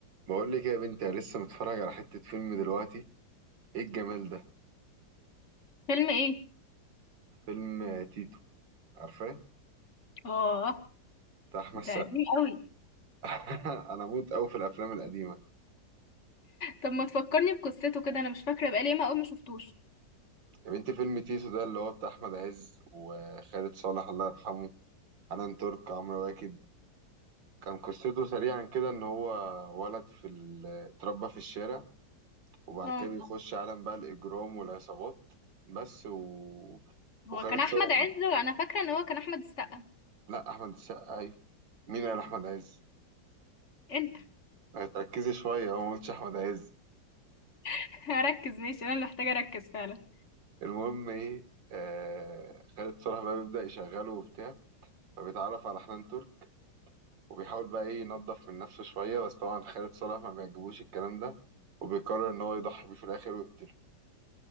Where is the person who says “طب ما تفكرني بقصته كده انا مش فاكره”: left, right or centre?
Left